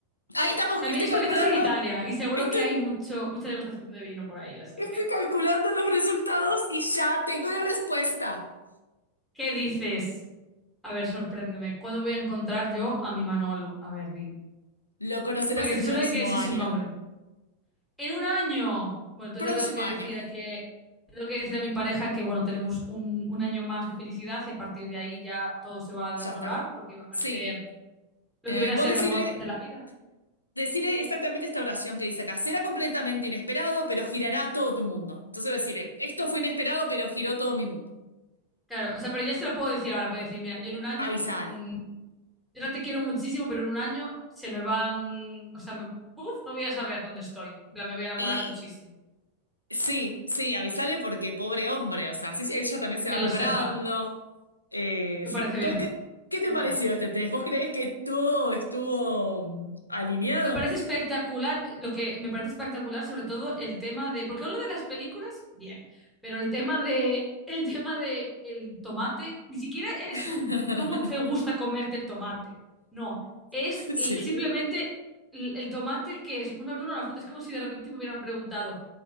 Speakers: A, on the left; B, in the centre.
A: Ahí estamos,
B: También
A: estoy
B: es
A: calculando,
B: porque estás en Italia y seguro
A: estoy,
B: que hay mucho, mucha degustación de vino por ahí, así
A: estoy
B: que.
A: calculando los resultados y ya tengo la respuesta.
B: ¿Qué dices? A ver, sorpréndeme. ¿Cuándo voy a encontrar yo a mi Manolo? A ver, di.
A: Lo conocerás
B: Porque
A: el
B: estoy
A: próximo
B: seguro de que ese
A: año.
B: es su nombre. En un año. Bueno, entonces
A: Próximo
B: tengo que
A: año.
B: decir a que tengo que decir a mi pareja que bueno, tenemos un, un año más de felicidad y a partir de ahí ya todo se va a
A: Ya
B: demorar
A: está.
B: porque va a parecer
A: Sí.
B: lo
A: Eh,
B: que viene a
A: vos
B: ser
A: decirle,
B: mi amor de la vida.
A: decirle exactamente esta oración que dice acá. Será completamente inesperado, pero girará todo tu mundo. Entonces decirle, esto fue inesperado, pero giró todo mi mundo.
B: Claro, o sea, pero ya se lo puedo decir ahora, puedo decir, mira, yo en un año,
A: Avisale.
B: mm, yo no te quiero muchísimo, pero en un año se me van, o sea, me- uf, no voy a saber dónde estoy. En plan, me voy a enamorar
A: Y
B: muchísimo.
A: sí, sí, avisale porque pobre hombre, o sea, sí, sí, ella también se
B: Que
A: va
B: lo
A: preparando.
B: sepa.
A: Eh,
B: Me
A: sí.
B: parece
A: ¿Cómo
B: bien.
A: que- qué, te
B: Me
A: pareció
B: parece.
A: este test? ¿Vos creés que todo estuvo mm, alineado?
B: Me parece espectacular, lo que me parece espectacular sobre todo el tema de, porque lo de las películas, bien, pero el tema de, el tema de el tomate, ni siquiera es
A: <laughs>
B: un cómo te gusta comerte el tomate, no, es
A: Sí.
B: l- simplemente l- el, tomate que es una verdura, una fruta, es como si de repente me hubieran preguntado,